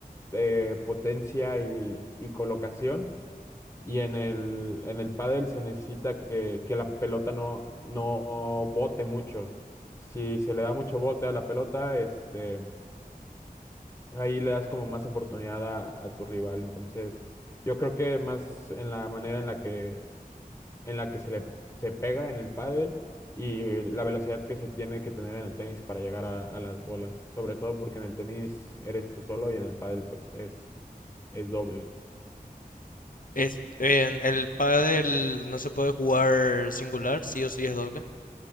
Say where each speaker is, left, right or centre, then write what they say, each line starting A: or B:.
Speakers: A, on the left (about 20°); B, on the left (about 60°).
A: eh, potencia y y colocación y en el, en el pádel se necesita que, que la pelota no, no bote mucho. Si se le da mucho bote a la pelota, este, ahí le das como más oportunidad a, a tu rival. Entonces, yo creo que más en la manera en la que, en la que se le se pega en el pádel y la velocidad que se tiene que tener en el tenis para llegar a, a las bolas. Sobre todo porque en el tenis eres tú solo y en el pádel pues es, es doble.
B: Es, en el pádel no se puede jugar singular, sí o sí es doble.